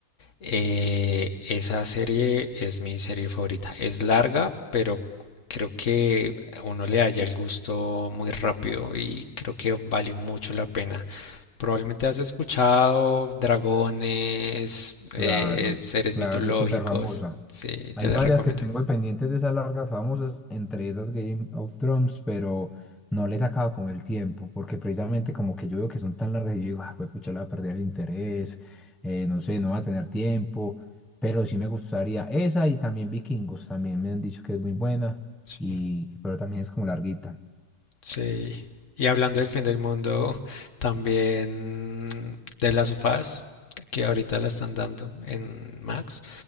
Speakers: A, on the left (about 50°); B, in the centre.
A: Eh, esa serie es mi serie favorita. Es larga, pero creo que uno le halla el gusto muy rápido y creo que vale mucho la pena. Probablemente has escuchado dragones, eh,
B: Claro,
A: seres
B: claro,
A: mitológicos.
B: es súper famosa.
A: Sí,
B: Hay
A: te las
B: varias
A: recomiendo.
B: que tengo ahí pendientes de esas largas famosas, entre esas Game of Thrones, pero no les he sacado como el tiempo, porque precisamente como que yo veo que son tan largas y yo digo, ah, pues pucha, le voy a perder el interés, eh, no sé, no va a tener tiempo, pero sí me gustaría esa y también Vikingos, también me han dicho que es muy buena,
A: Sí,
B: y, pero también es como larguita.
A: sí. Y hablando del fin del mundo, <laughs> también de las sofás, que ahorita la están dando en Max,